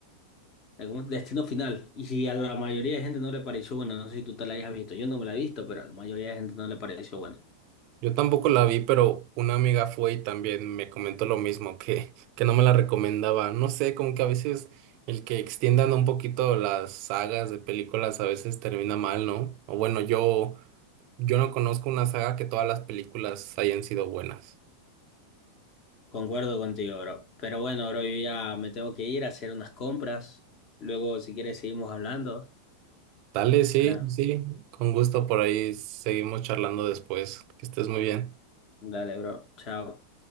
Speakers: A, on the left; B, on the right.
A: de ¿cómo es? Destino Final, y si a la mayoría de gente no le pareció buena, no sé si tú te la hayas visto, yo no me la he visto, pero a la mayoría de gente no le pareció buena.
B: Yo tampoco la vi, pero una amiga fue y también me comentó lo mismo, que, que no me la recomendaba. No sé, como que a veces el que extiendan un poquito las sagas de películas a veces termina mal, ¿no? O bueno, yo, yo no conozco una saga que todas las películas hayan sido buenas.
A: Concuerdo contigo, bro. Pero bueno, bro, yo ya me tengo que ir a hacer unas compras. Luego, si quieres, seguimos hablando.
B: Dale, sí,
A: Claro.
B: sí, con gusto por ahí seguimos charlando después. Que estés muy bien.
A: Dale, bro. Chao.